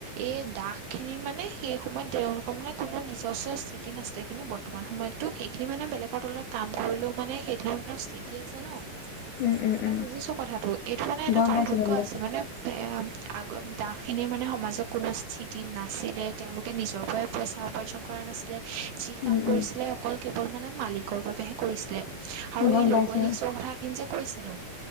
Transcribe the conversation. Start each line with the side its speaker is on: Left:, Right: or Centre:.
Right: এই দাস খিনি মানে সেই সময়ত তেওঁলোকৰ মানে কোনো নিজস্ব স্থিতি নাছিলে কিন্তু বৰ্তমান সময়তো সেইখিনি মানে বেলেগৰ তলত কাম কৰিলেও মানে সেই ধৰণৰ স্থিতি আছে ন
Left: উম, উম,
Right: মানে
Left: উম
Right: বুজিছো কথাটো এইটো মানে এটা
Left: গম
Right: পাৰ্থক্য
Left: পাইছো গম পাইছো
Right: আছে মানে এ আগত দাস খিনিৰ মানে সমাজত কোনো স্থিতি নাছিলে তেওঁলোকে নিজৰ পৰাই পইচা উপাৰ্জন কৰা নাছিলে। যি কাম
Left: উম
Right: কৰিছিলে
Left: উম
Right: অকল কেৱল মানে মালিকৰ বাবেহে কৰিছিলে। আৰু
Left: গম
Right: এই
Left: পাইছো
Right: লগুৱা লিকচৌ কথা খিনি যে কৈছিলো।